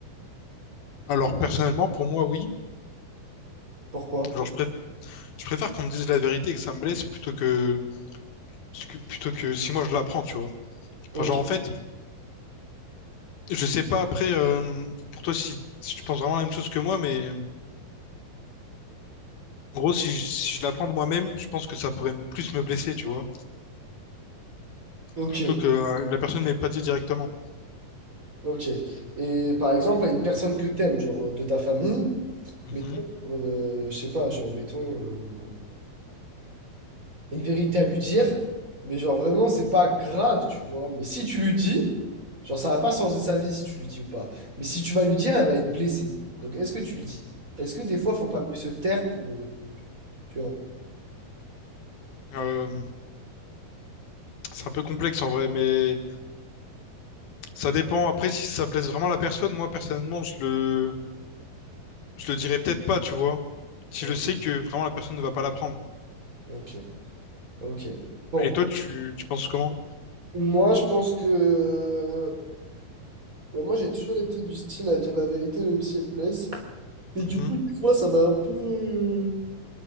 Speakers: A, on the left (about 75°); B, on the right (about 20°).
A: Alors, personnellement, pour moi, oui.
B: Pourquoi?
A: Genre, je préfère, je préfère qu'on me dise la vérité et que ça me blesse plutôt que, que- plutôt que si moi je l'apprends, tu vois.
B: Ok,
A: Enfin, genre, en fait, je sais pas après, euh, pour toi, si, si tu penses vraiment la même chose que moi, mais en gros, si, je- si je l'apprends de moi-même, je pense que ça pourrait m- plus me blesser, tu vois.
B: ok,
A: Plutôt que euh, la personne ne m'ait pas dit directement.
B: ok. Et par exemple, à une personne que t'aimes, genre euh, de ta famille,
A: Mhm.
B: mettons, euh, je sais pas, genre mettons. euh, une vérité à lui dire, mais genre vraiment, c'est pas grave, tu vois. Mais si tu lui dis, genre ça va pas changer sa vie si tu lui dis ou pas. Mais si tu vas lui dire, elle va être blessée. Donc est-ce que tu le dis? Est-ce que des fois, faut pas mieux se taire pour, euh, tu vois?
A: Euh, c'est un peu complexe en vrai, mais ça dépend. Après, si ça blesse vraiment la personne, moi, personnellement, je le, je le dirais peut-être pas, tu vois. Si
B: Bon,
A: je sais que vraiment la personne ne va pas l'apprendre.
B: Ok, ok. Bon,
A: Et toi, tu, tu penses comment?
B: moi je pense que bah, moi j'ai toujours été du style à dire la vérité même si elle blesse. Mais
A: Mhm,
B: du coup, des fois, ça m'a un peu